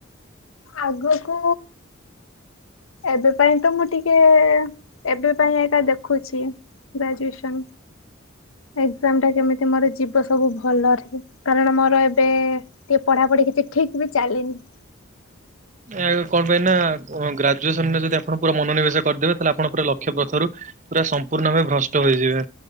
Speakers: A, on the left; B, on the right.
A: ଆଗକୁ। ଏବେ ପାଇଁ ତ ମୁଁ ଟିକେ ଏବେ ପାଇଁ ଏକା ଦେଖୁଛି ଗ୍ରାଜୁଏସନ୍। ଏଜାମ ଟା କେମିତି ମୋର ଯିବ ସବୁ ଭଲରେ କାରଣ ମୋର ଏବେ ଟିକେ ପଢାପଢି କିଛି ଠିକ ବି ଚାଲିନି।
B: ଆ କଣ ପାଇଁ ନା ଗ୍ରାଜୁଏସନରେ ଯଦି ଆପଣ ପୁରା ମନୋନିବେଶ କରିଦେବେ ତାହେଲେ ଆପଣ ପୁରା ଲକ୍ଷ ପ୍ରଥରୁ ପୁରା ସମ୍ପୂର୍ଣ୍ଣ ଭାବେ ଭ୍ରଷ୍ଟ ହୋଇଯିବେ